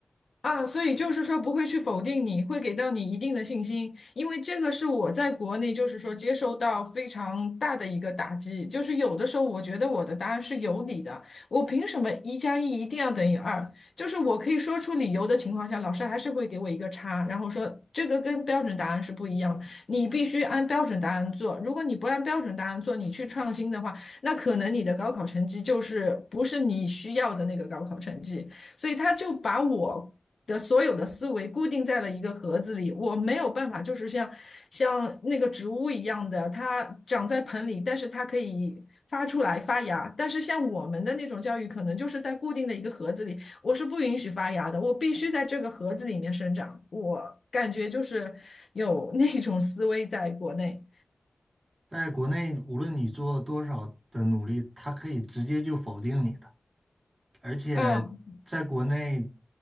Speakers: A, on the left; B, on the right.
A: 啊，所以就是说不会去否定你，会给到你一定的信心，因为这个是我在国内就是说接受到非常大的一个打击，就是有的时候我觉得我的答案是有理的，我凭什么一加一一定要等于二？就是我可以说出理由的情况下，老师还是会给我一个差，然后说这个跟标准答案是不一样的，你必须按标准答案做，如果你不按标准答案做，你去创新的话，那可能你的高考成绩就是不是你需要的那个高考成绩。所以他就把我的所有的思维固定在了一个盒子里，我没有办法，就是像像那个植物一样的，它长在盆里，但是它可以发出来发芽。但是像我们的那种教育，可能就是在固定的一个盒子里，我是不允许发芽的，我必须在这个盒子里面生长。我感觉就是有那种思维在国内。
B: 在国内，无论你做多少的努力，它可以直接就否定你的。而且
A: 嗯，
B: 在国内，